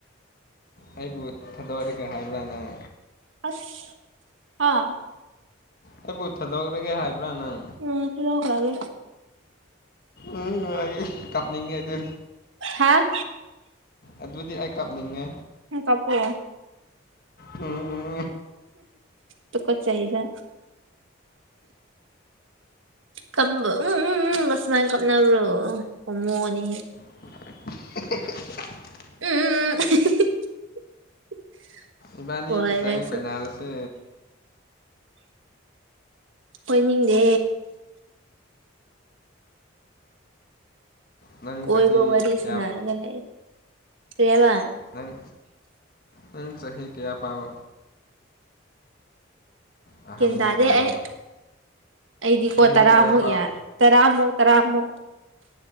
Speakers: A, on the left; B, on the right.
A: ꯑꯩꯕꯨ ꯊꯥꯗꯣꯛꯔꯒꯦ ꯍꯥꯏꯕ꯭ꯔꯥ ꯅꯪ
B: ꯑꯁ ꯍꯥꯥ
A: ꯑꯩꯕꯨ ꯊꯥꯗꯣꯛꯈ꯭ꯔꯒꯦ ꯍꯥꯏꯕ꯭ꯔꯥ ꯅꯪ
B: ꯎꯝ <unintelligible>
A: ꯎꯝ ꯑꯩ ꯀꯞꯅꯤꯡꯏꯗ
B: ꯍꯥꯥ
A: ꯑꯗꯨꯗꯤ ꯑꯩ ꯀꯞꯅꯤꯡꯉꯦ
B: <unintelligible>
A: ꯎꯝ ꯎꯝ
B: ꯇꯨꯀꯠꯆꯩꯗ <unintelligible> ꯁꯨꯃꯥꯏꯅ ꯀꯞꯅꯕ꯭ꯔꯣ ꯍꯣꯃꯣꯅꯤ
A: <unintelligible>
B: <unintelligible>
A: ꯏꯕꯥꯅꯤ
B: ꯑꯣꯏꯔꯁꯨ
A: ꯇꯁꯦꯡꯅ ꯀꯣꯏꯅꯥꯔꯁꯦ
B: ꯀꯣꯏꯅꯤꯡꯗꯦ
A: ꯅꯪ
B: ꯀꯣꯏꯕ
A: ꯆꯍꯤ
B: ꯋꯥꯔꯤ
A: ꯀꯌꯥ
B: ꯁꯅꯔꯒꯅꯦ ꯀꯦꯕ
A: ꯅꯪ ꯅꯪ ꯆꯍꯤ ꯀꯌꯥꯄꯥꯥꯎ ꯑꯍꯟꯕ
B: ꯀꯦꯟ ꯇꯗꯦ
A: ꯄꯥꯝꯃꯦ
B: ꯑꯩ ꯑꯩꯗꯤ ꯀꯣ
A: ꯆꯍꯤ
B: ꯇꯔꯥꯃꯨꯛ
A: ꯀꯌꯥ ꯐꯥꯎ
B: ꯌꯥ ꯇꯔꯥꯃꯨꯛ ꯇꯔꯥꯃꯨꯛ